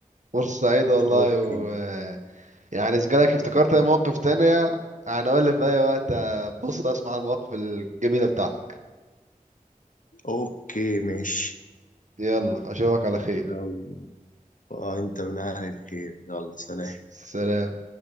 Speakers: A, on the right; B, on the left.
A: فرصة سعيدة والله
B: اوكي
A: و يعني إذا جالك افتكرت أي مواقف تانية يعني قول لي في أي وقت بص أسمع المواقف الجميلة بتاعتك
B: اوكي ماشي
A: يلا أشوفك على خير
B: يلا آه، انت من اهل الخير يلا سلام
A: س- سلام